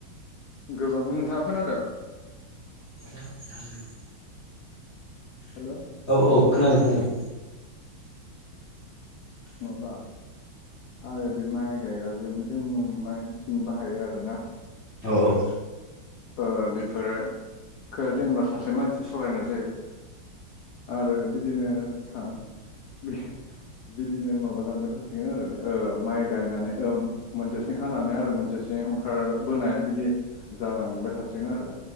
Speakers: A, on the left; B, on the left.
A: गोबां नोंथाङा खोनादों
B: <unintelligible>
A: हेलौ।
B: औ औ खोनादों खोनादों।
A: माबा आरो बे माइ गायग्राजों जों मानसिन बाहायो आरोना।
B: औ औ।
A: ओ बेफोरो खो जेनोबा सासे मानसि सलायनाय जायो आरो बिदिनो <unintelligible> बिदिनो माबालांबाय थासिगोन आरो ओ माइ गायनानै ओम मोनसेथिं हानानै आरो मोनसेथिं ओंखारबोनाय बिदि जालांबाय थासिगोन आरो